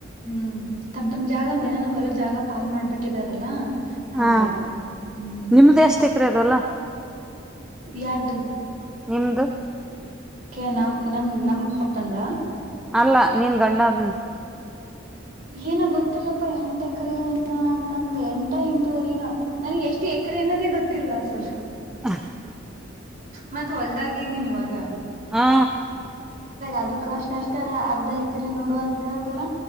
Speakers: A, on the right; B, in the centre.
A: ಹ್ಮ್ ತಮ್ ತಮ್ ಜಾಗ ಮೇನಾನ ಹೊಲದ್ ಜಾಗ ಪಾಲ್ ಮಾಡ್ಬಿಟ್ಟಿದಾರಲ್ಲಾ ಹಂಗಾಗಿ
B: ಹಾ
A: ಹ್ಮ್
B: ನಿಮ್ದ ಎಷ್ಟ ಎಕ್ರಿ ಅದಲ್ಲ
A: ಯಾರ್ದು
B: ನಿಮ್ದು
A: ಕ ನಮ ನಮ ನಮ ಪಪ್ಪಂದ
B: ಅಲ್ಲ ನೀನ್ ಗಂಡಾದ
A: ಏನು ಗೊತ್ತಿಲ್ಲಪ್ಪಾ ಎಂಟ ಎಕರೆ ಎ್ಣ ಅಂತಂದ ಎಂಟ ಎಂಟುವರಿನು ನನಗೆ ಎಷ್ಟು ಎಕರೆ ಅನ್ನೋದೇ ಗೊತ್ತಿಲ್ಲ ಅಸಲ್
B: ಹ
A: ಮತ್ತ ಹೊಲ್ದಾಗಿದ್ದೀನಿ ಇವಾಗ
B: ಹಾ
A: ಅದ ಅಷ್ಟ ಅಷ್ಟ ಅದ ಅರ್ಧ ಎಕರೆ ನೋಡು ಅಂತ ಹೇಳ್ತಾರ